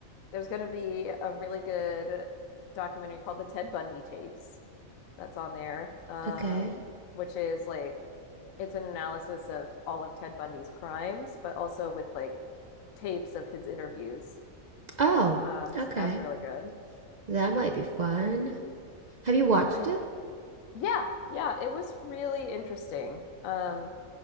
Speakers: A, on the left; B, on the right.
A: There's going to be a really good documentary called The Ted Bundy Tapes that's on there, um,
B: Okay.
A: which is like it's an analysis of all of Ted Bundy's crimes, but also with like tapes of his interviews.
B: Oh,
A: Um,
B: okay.
A: so that's really good.
B: That might be fun.
A: Um,
B: Have you watched
A: I
B: it?
A: yeah, yeah, it was really interesting. Um,